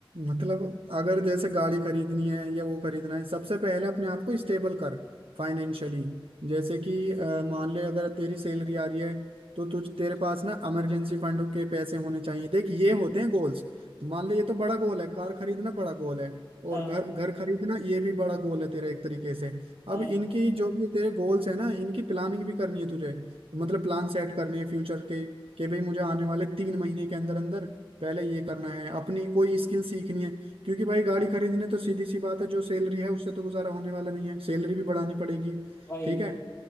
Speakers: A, on the right (about 80°); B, on the left (about 30°).
A: मतलब अगर जैसे गाड़ी खरीदनी है या वो खरीदना है सबसे पहले अपने आप को स्टेबल कर फाइनेंशियली जैसे कि अ, मान ले अगर तेरी सैलरी आ रही है तो तुझ तेरे पास ना इमरजेंसी फंड के पैसे होने चाहिए देख ये होते हैं गोल्स मान ले ये तो बड़ा गोल है कार खरीदना बड़ा गोल है
B: हाँ
A: और घर घर खरीदना ये भी बड़ा गोल है तेरा एक तरीके से
B: हाँ
A: अब इनकी जो भी तेरे गोल्स है ना इनकी प्लानिंग भी करनी है तुझे मतलब प्लान सेट करने हैं फ्यूचर के कि भाई मुझे आने वाले तीन महीने के अंदर अंदर पहले ये करना है अपनी कोई स्किल सीखनी है क्योंकि भाई गाड़ी खरीदने तो सीधी सी बात है जो सैलरी है उससे तो गुजारा होने वाला नहीं है सैलरी भी बढ़ानी पड़ेगी
B: वही
A: ठीक है